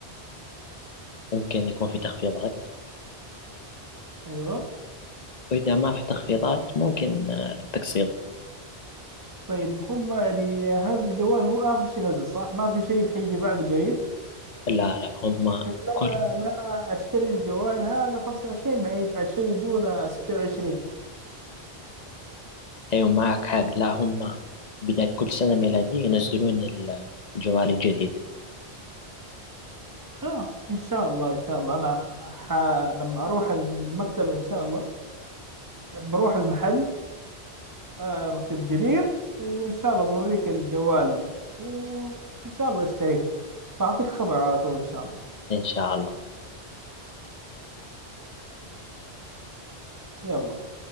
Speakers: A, on the left; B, on the right.
A: يمكن يكون في تخفيضات
B: ايوه
A: وإذا ما في تخفيضات ممكن آه، تقسيط
B: طيب هم يعني هذا الجوال هو اخر شيء نزل صح ما في شيء حيجي بعده قريب
A: لا لا هم
B: لا
A: كل
B: لا اشتري الجوال هذا 25 بعد بعد شيء يجونا 26
A: أيوة معك حق لا هم بداية كل سنة ميلادية ينزلون الجوال الجديد
B: خلاص ان شاء الله ان شاء الله انا ح... لما اروح المكتب ان شاء الله بروح المحل آه مكتبة جرير وإن شاء الله بوريك الجوال وإن شاء الله اشتريت بعطيك خبر على طول إن شاء الله
A: إن شاء الله
B: يلا